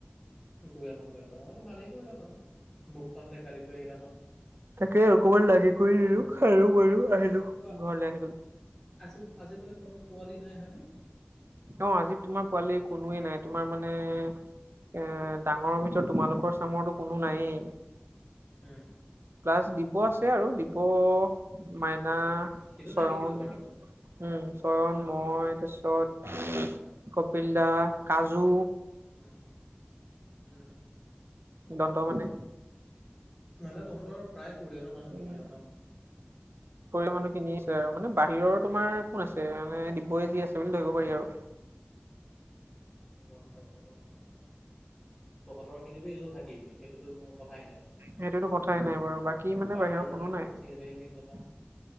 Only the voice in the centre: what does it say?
গৈ আহো গৈ এপা অলপ ভালেই কৰিলা বাৰু মুখখন দেখা দি থৈ আহিলা ন।
কোৱা
অ,
আজি আজি বোলে কোনো পোৱালি নাই হয় নে?
উম।
সেইটো
থাকিবই বাৰু।
হুম।
হুম, হুম।
মানে তহঁতৰ প্ৰায় পৰিয়ালৰ মানুহখিনিয়ে
আৰু ন?
গম পাইছোঁ গম পাইছোঁ তহঁতৰ খিনিতো এনেইও থাকিবি সেইটোতো কথাই নাই।
বাহিৰৰহে
কোন
আছে সেইটোহে মেইন কথা